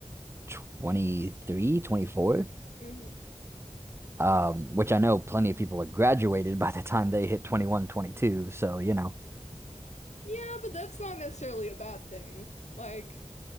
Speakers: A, on the right (about 20°); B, on the left (about 80°).
A: 23, 24.
B: hmm
A: Um, which I know plenty of people are graduated by the time they hit 21, 22. so you know,
B: Yeah, but that's not necessarily a bad thing. Like,